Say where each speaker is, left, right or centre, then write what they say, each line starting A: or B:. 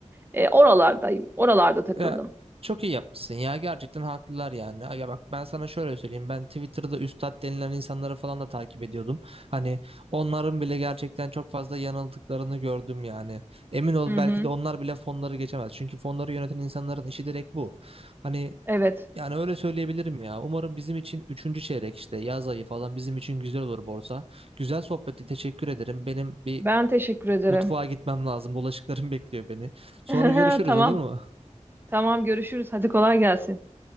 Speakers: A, on the right (about 15°); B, on the right (about 50°).
A: e, oralardayım. Oralarda takıldım.
B: Ya, çok iyi yapmışsın ya. Gerçekten haklılar yani. Ya bak ben sana şöyle söyleyeyim. Ben Twitter'da üstad denilen insanları falan da takip ediyordum. Hani onların bile gerçekten çok fazla yanıldıklarını gördüm yani. Emin ol
A: Hı
B: belki
A: hı.
B: de onlar bile fonları geçemez. Çünkü fonları yöneten insanların işi direkt bu. Hani
A: Evet.
B: yani öyle söyleyebilirim ya. Umarım bizim için üçüncü çeyrek işte yaz ayı falan bizim için güzel olur borsa. Güzel sohbeti teşekkür ederim. Benim bir
A: Ben teşekkür ederim.
B: Mutfağa gitmem lazım. Bulaşıklarım bekliyor beni. Sonra
A: <laughs>
B: görüşürüz
A: Tamam.
B: olur mu?
A: Tamam görüşürüz. Hadi kolay gelsin.